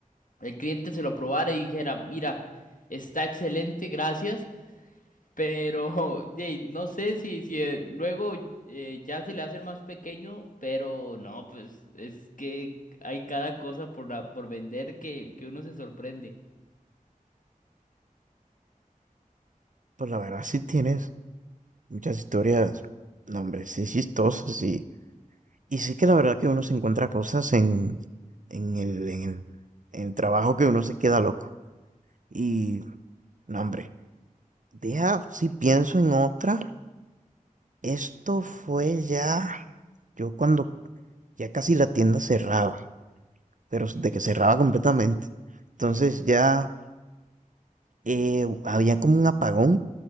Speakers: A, on the left; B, on the right.
A: el cliente se lo probara y dijera, mira, está excelente, gracias, pero <laughs> de, no sé si, si eh, luego eh, ya se le hace el más pequeño, pero no, pues es que hay cada cosa por, la- por vender que, que uno se sorprende.
B: Pues la verdad, sí tienes muchas historias, no, hombre, sí chistosas, y, y sí que la verdad que uno se encuentra cosas en, en el, en el, en el trabajo que uno se queda loco. Y, no, hombre, deja, si pienso en otra, esto fue ya, yo cuando ya casi la tienda cerraba, pero de que cerraba completamente. Entonces ya eh, había como un apagón